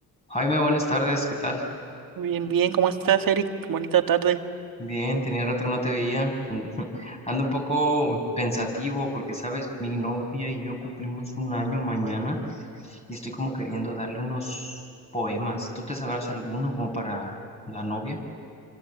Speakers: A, on the left; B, on the right.
A: Jaime, buenas tardes, ¿qué tal?
B: Bien, bien, ¿cómo estás, Eric? Bonita tarde.
A: Bien, tenía rato que no te veía. <laughs> Ando un poco pensativo porque, sabes, mi novia y yo cumplimos un año mañana y estoy como queriendo darle unos poemas. ¿Tú te sabrás alguno como para la novia?